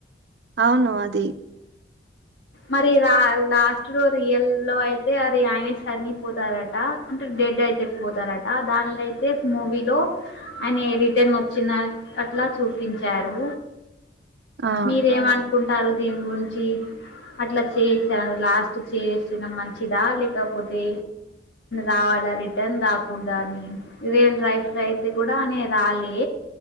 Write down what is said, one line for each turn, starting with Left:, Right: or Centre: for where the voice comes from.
Right: అవును అది <inaudible>
Left: మరి రా లాస్ట్ లో రియల్ లో అయితే అది ఆయనే చనిపోతారట అంటే డె డే అయితే పోతారట దానిలోయితే మూవీలో ఆయన రిటర్న్ వచ్చిన అట్లా చూపించారు.
Right: ఆ
Left: మీరేమనుకుంటారు దీని గురించి అట్లా చేసారు. లాస్ట్ చేసిన మంచిదా లేకపోతే రావాలా రిటర్న్ రాకుడదా అండి రియల్ రై ఫ్రై అయితే కూడా అనే రాలే